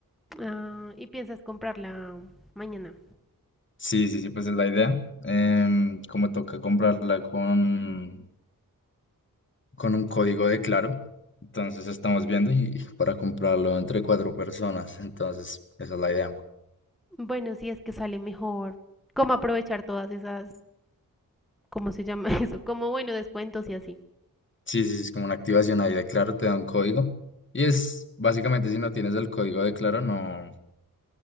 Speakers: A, in the centre; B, on the left.
A: Ah, ¿y piensas comprarla mañana?
B: Sí, sí, sí, pues es la idea. Em, como toca comprarla con, con un código de Claro. Entonces estamos viendo y para comprarlo entre cuatro personas. Entonces, esa es la idea.
A: Bueno, si es que sale mejor. ¿Cómo aprovechar todas esas, cómo se llama <laughs> eso? Como bueno, descuentos y así.
B: Sí, sí, sí, es como una activación ahí de Claro, te da un código. Y es básicamente si no tienes el código de Claro, no.